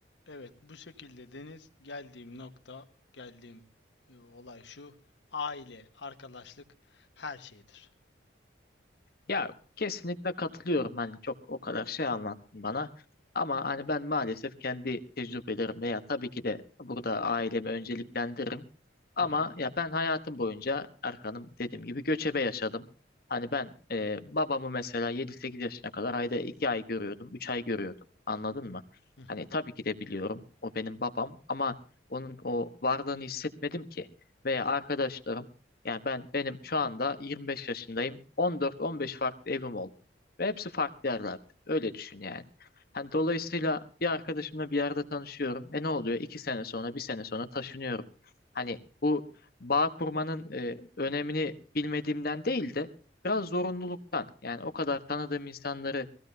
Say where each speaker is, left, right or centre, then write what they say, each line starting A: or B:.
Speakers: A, on the left (about 70°); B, on the left (about 50°).
A: Evet, bu şekilde Deniz geldiğim nokta, geldiğim e, olay şu. Aile, arkadaşlık her şeydir.
B: Ya kesinlikle katılıyorum. Hani çok o kadar şey anlattın bana. Ama hani ben maalesef kendi tecrübelerimle ya tabii ki de burada ailemi önceliklendiririm. Ama
A: Hı hı.
B: ya ben hayatım boyunca Erkan'ım dediğim gibi göçebe yaşadım. Hani ben e, babamı mesela 7-8 yaşına kadar ayda 2 ay görüyordum, 3 ay görüyordum. Anladın mı?
A: Hı hı.
B: Hani tabii ki de biliyorum o benim babam ama onun o varlığını hissetmedim ki. Veya arkadaşlarım yani ben benim şu anda 25 yaşındayım. 14-15 farklı evim oldu. Ve hepsi farklı yerlerde. Öyle düşün yani. Hani dolayısıyla bir arkadaşımla bir yerde tanışıyorum. E ne oluyor? İki sene sonra, bir sene sonra taşınıyorum. Hani bu bağ kurmanın e, önemini bilmediğimden değil de biraz zorunluluktan. Yani o kadar tanıdığım insanları